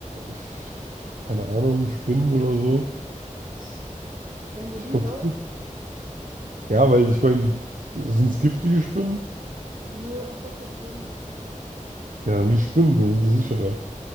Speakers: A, on the right (about 75°); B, on the right (about 55°).
A: pf, keine Ahnung, Spinnen oder so. Das-
B: Wären die
A: Ich
B: lieber?
A: glaube, Spinnen. Ja, weil ich meine, die sind es giftige Spinnen?
B: Nö, einfach so Spinnen.
A: Ja, dann die Spinnen, dann sind die sicherer.